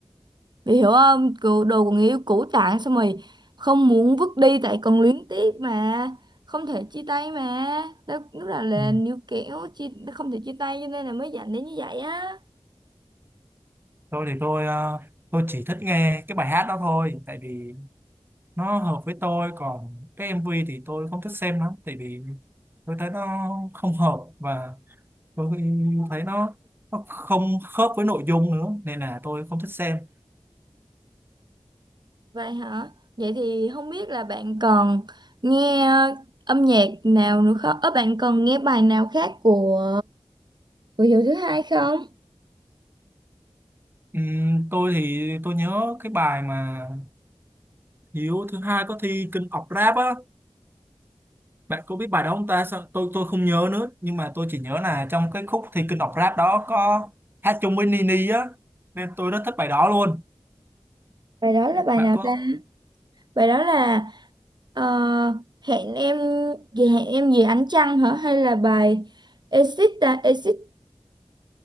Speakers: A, on the right (about 45°); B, on the right (about 20°).
A: bị hiểu không Kiểu đồ của người yêu cũ tặng xong rồi không muốn vứt đi tại còn luyến tiếc mà không thể chia tay mà đó, lúc đó là
B: Ừ.
A: níu kéo chia, không thể chia tay cho nên là mới dẫn đến như vậy á
B: tôi thì tôi ờ, tôi chỉ thích nghe cái bài hát đó thôi tại vì nó hợp với tôi còn cái MV thì tôi không thích xem lắm tại vì tôi thấy nó không hợp và tôi thấy nó nó không khớp với nội dung nữa nên là tôi không thích xem
A: Vậy hả? Vậy thì không biết là bạn còn nghe ờ, âm nhạc nào nữa không? Ờ, bạn còn nghe bài nào khác của của Hiếu thứ hai không?
B: Ừm, tôi thì tôi nhớ cái bài mà Hiếu thứ hai có thi King of Rap á bạn có biết bài đó không ta Sao- tôi tôi không nhớ nữa nhưng mà tôi chỉ nhớ là trong cái khúc thi King of Rap đó có hát chung với Nini á nên tôi rất thích bài đó luôn
A: Bài đó là bài
B: bạn
A: nào
B: có
A: ta? Bài đó là ờ, hẹn em gì hẹn em gì ánh trăng hả? Hay là bài Exit ta? Exit